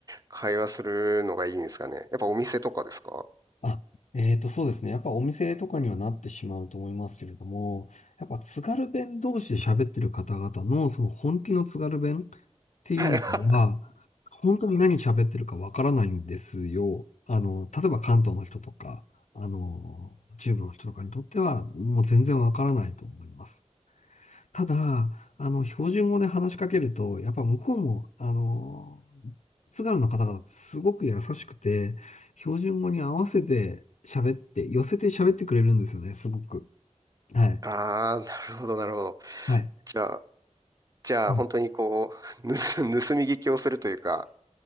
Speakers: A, on the right; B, on the left.
A: 会話するのがいいんですかね。やっぱお店とかですか
B: あ、えーと、そうですね。やっぱお店とかにはなってしまうと思いますけれども、やっぱ津軽弁同士で喋ってる方々のその本気の津軽弁っていうのは、
A: はい。<laughs>
B: 本当に何喋ってるかわからないんですよ。あの、例えば関東の人とか、あの、中部の人とかにとっては、もう全然わからないと思います。ただ、あの、標準語で話しかけると、やっぱ向こうも、あの、津軽の方がすごく優しくて、標準語に合わせて喋って、寄せて喋ってくれるんですよね、すごく。はい。
A: ああ、なるほど、なるほど。
B: はい。
A: じゃあ、じゃあ本当にこう、
B: うん
A: 盗、<laughs> 盗み聞きをするというか、